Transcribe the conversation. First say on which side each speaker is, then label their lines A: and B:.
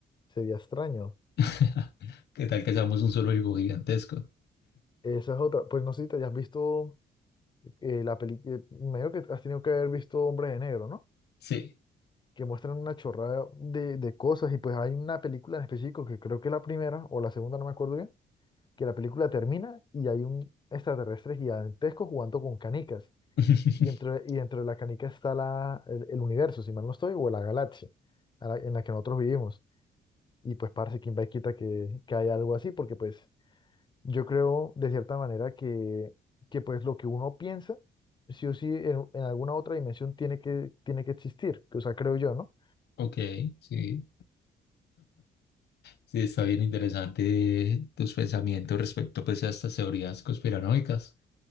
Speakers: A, on the left (about 25°); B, on the left (about 75°).
A: sería extraño.
B: <laughs> ¿Qué tal que seamos un zoológico gigantesco?
A: Esa es otra, pues no sé si te hayas visto eh, la película, medio que has tenido que haber visto Hombres de Negro, ¿no?
B: Sí.
A: Que muestran una chorrada de, de cosas y pues hay una película en específico que creo que es la primera o la segunda, no me acuerdo bien, que la película termina y hay un extraterrestre gigantesco jugando con canicas.
B: <laughs>
A: Y entre, y dentro de la canica está la, el, el universo, si mal no estoy, o la galaxia a la- en la que nosotros vivimos. Y pues parce, quién va y quita que, que hay algo así, porque pues yo creo de cierta manera que, que pues lo que uno piensa, sí o sí, en, en alguna otra dimensión tiene que, tiene que existir, que, o sea, creo yo, ¿no?
B: Ok, sí. Sí, está bien interesante tus pensamientos respecto pues a estas teorías conspiranoicas.